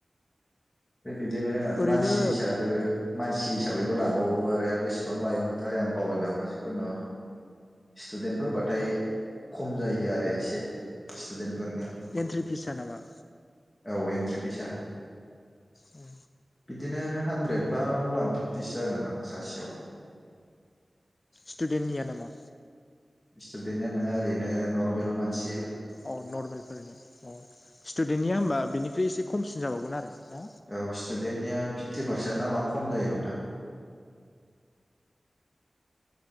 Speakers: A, on the left; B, on the left.
A: बिदिनो
B: ओरैनो
A: मानसि हिसाबै मानसि मासि हिसाबैबो लाबावो आरो बेसेबां लायोमोनथाय आं बावलायलांबाय जिखुनु सटुडेन्टफोर बाथाय खम जायो आरो एसे स्टुदेन्टफोरनिया
B: एन्ट्रि फिस स नामा?
A: औ एन्ट्रि फिसा य
B: औ
A: बिदिनो हानद्रेद बा वान फिफ्टिसो जागोनदां सासेयाव
B: स्टुडेन्टनिया नामा?
A: सटुदेनआ नङा ओरैनो नरमेल मानसि
B: औ नर्मेलफोरनिया औ स्टुडेन्टनिया होबा बिनिख्रुइ एसे खमसिन जाबावगोन आरो ना
A: औ स्टुडेन्टनिया फिफ्टि पारसेन्ट नामा खम जायोमोनदां